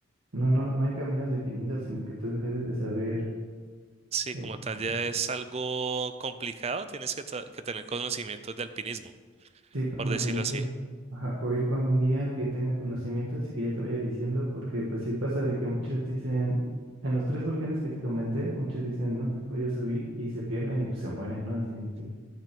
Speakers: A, on the right; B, on the right.
A: no, no, no hay caminos definidos, sino que tú debes de saber,
B: sí,
A: este,
B: como tal ya es algo complicado, tienes que, ta- que tener conocimientos de alpinismo,
A: Sí,
B: por
A: conocimiento,
B: decirlo así.
A: ajá, o ir con un guía que tenga conocimientos y que ya te vaya diciendo, porque pues sí pasa de que muchos dicen, en los tres volcanes que te comenté, muchos dicen, no, pues voy a subir y se pierden y pues se mueren, ¿no? Así de que...